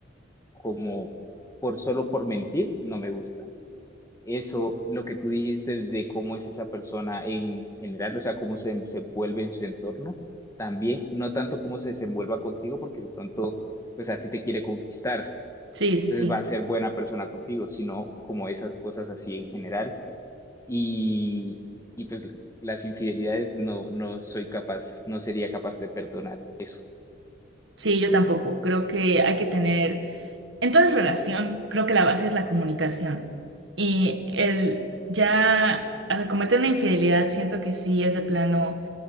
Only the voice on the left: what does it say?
como por solo por mentir, no me gusta. eso, lo que tú dijiste de cómo es esa persona en general, o sea, cómo se se vuelve en su entorno, también, no tanto cómo se desenvuelva contigo, porque de pronto, pues a ti te quiere conquistar,
entonces
va a ser buena persona contigo, sino como esas cosas así en general. Y, y pues las infidelidades no, no soy capaz, no sería capaz de perdonar eso,